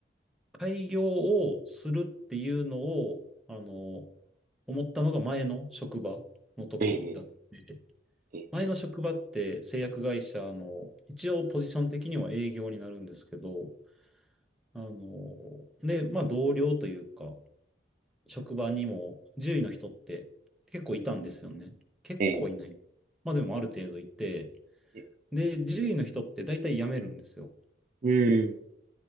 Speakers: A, in the centre; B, on the right.
A: 開業をするっていうのを、あの、思ったのが前の職場の時だって、
B: えええ
A: 前の職場って製薬会社の、一応ポジション的には営業になるんですけど、あの、で、まあ同僚というか、職場にも獣医の人って結構いたんですよね。結構はいない。
B: え
A: まあでもある程度いて、
B: ええ
A: で、獣医の人って大体辞めるんですよ。
B: うん。